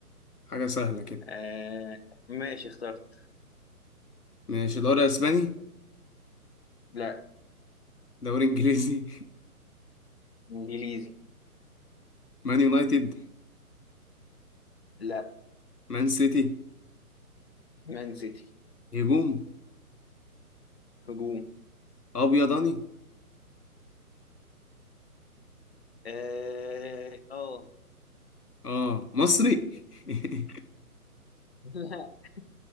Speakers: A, on the left (about 80°); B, on the left (about 45°).
A: حاجة سهلة كده
B: آه ماشي اخترت
A: ماشي دوري اسباني
B: لا
A: دوري انجليزي
B: انجليزي
A: <laughs> مان يونايتد
B: لا
A: مان سيتي
B: مان سيتي
A: هجوم
B: هجوم
A: ابيضاني
B: اه اه
A: اه مصري <laughs>
B: <laughs>